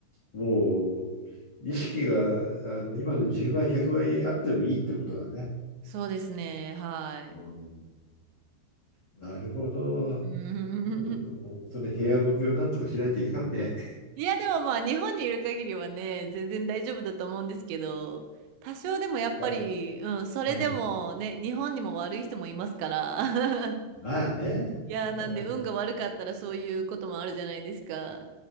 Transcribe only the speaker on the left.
もう意識があの今の10倍100倍あってもいいってことだね。
うんなるほど。うん
もうその部屋ボケをなんとかしないといかんね。
あ、
うん、
まあね。
あ